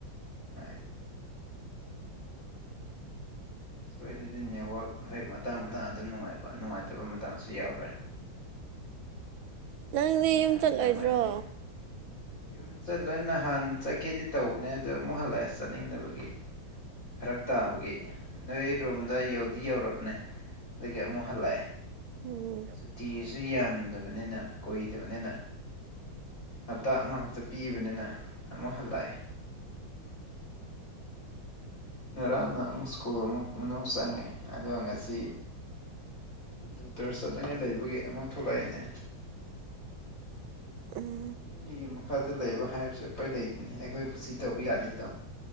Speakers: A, on the left; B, on the right.
A: ꯇ ꯁꯣꯏꯗꯗꯤ ꯅꯦꯠꯋꯥꯛ ꯍꯣꯏ ꯃꯇꯥꯡ ꯃꯇꯥꯡ ꯑꯗꯨꯝ ꯅꯨꯡꯉꯥꯏꯕ ꯅꯨꯡꯉꯥꯏꯇꯕ ꯃꯇꯥꯡꯁꯨ ꯌꯥꯎꯔꯦ <inaudible>
B: ꯅꯪꯗꯤ
A: ꯅꯨꯃꯤꯗꯥꯡ
B: ꯌꯨꯝ ꯆꯠꯂꯣꯏꯗ꯭ꯔꯣ
A: ꯑꯣꯏꯔꯝꯉꯥꯏꯗꯤ ꯌꯨꯝ ꯆꯠꯂꯣꯏ ꯅꯍꯥꯟ ꯆꯠꯀꯦꯗꯤ ꯇꯧꯕꯅꯦ ꯑꯗꯣ ꯑꯃꯨꯛ ꯍꯜꯂꯛꯑꯦ ꯆꯠꯅꯤꯡꯗꯕꯒꯤ ꯐꯔꯛ ꯇꯥꯕꯒꯤ ꯅꯣꯏ ꯔꯨꯝꯗ ꯌꯧꯗꯤ ꯌꯧꯔꯕꯅꯦ ꯑꯗꯒꯤ ꯑꯃꯨꯛ ꯍꯜꯂꯛꯑꯦ
B: ꯎꯝ
A: ꯁꯨꯇꯤꯁꯨ ꯌꯥꯝꯗꯕꯅꯤꯅ ꯀꯣꯏꯗꯕꯅꯤꯅ ꯍꯞꯇꯥ ꯑꯃꯈꯛꯇ ꯄꯤꯕꯅꯤꯅ ꯑꯃꯨꯛ ꯍꯜꯂꯛꯑꯦ ꯉꯔꯥꯡꯅ ꯑꯃꯨꯛ ꯁ꯭ꯀꯨꯜ ꯑꯃꯨꯛ ꯃꯅꯨꯡ ꯆꯪꯉꯦ ꯑꯗꯨꯒ ꯉꯁꯤ ꯗꯣꯛꯇꯔ ꯆꯠꯅꯤꯡꯉꯥꯏ ꯂꯩꯕꯒꯤ ꯑꯃꯨꯛ ꯊꯣꯛꯂꯛꯏꯅꯦ
B: ꯎꯝ
A: ꯃꯤꯒꯤ ꯃꯈꯥꯗ ꯂꯩꯕ ꯍꯥꯏꯕꯁꯨꯦꯄꯩ ꯂꯩꯗꯤꯅꯦ ꯑꯩꯈꯣꯏ ꯈꯨꯠꯁꯤ ꯇꯧꯕ ꯌꯥꯗꯦꯗꯣ